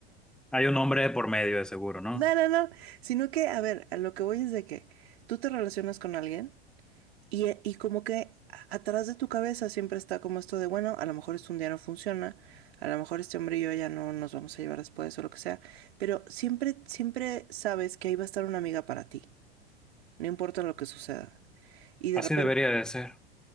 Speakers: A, in the centre; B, on the right (about 70°).
A: Hay un hombre por medio de seguro, ¿no?
B: no, no, no, sino que, a ver, a lo que voy es de que tú te relacionas con alguien Y, y como que a- atrás de tu cabeza siempre está como esto de, bueno, a lo mejor este un día no funciona, a lo mejor este hombre y yo ya no nos vamos a llevar después o lo que sea, pero siempre, siempre sabes que ahí va a estar una amiga para ti, no importa lo que suceda. Y de
A: Así
B: repente
A: debería de ser.